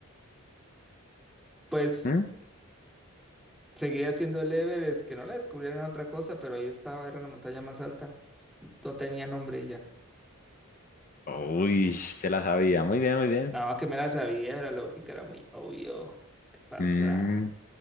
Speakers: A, in the centre; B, on the left.
A: Pues
B: ¿Mm?
A: seguía haciendo el Everest, que no la descubrieron otra cosa, pero ahí estaba, era la montaña más alta. No tenía nombre y ya.
B: Uy, se la sabía. Muy bien, muy bien.
A: No, que me la sabía, era lógica, era muy obvio. ¿Qué pasa?
B: Mm,